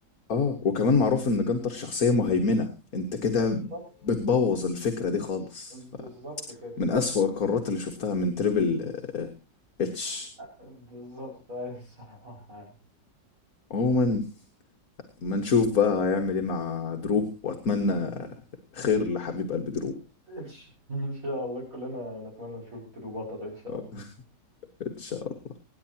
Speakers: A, on the left; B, on the right.
A: اه وكمان معروف ان جنتر شخصية مهيمنة انت كده
B: بالظبط
A: بتبوظ الفكرة دي خالص
B: بالظبط
A: ف...
B: كده
A: من اسوأ القرارات اللي شفتها من تريبل آه، اتش
B: بالظبط أيوة، الصراحة
A: عموما ما نشوف بقى هيعمل ايه مع درو واتمنى خير لحبيب قلب درو
B: إن شاء إن شاء الله كلنا نتمنى نشوف درو بطل إن شاء
A: آه،
B: الله
A: ان شاء الله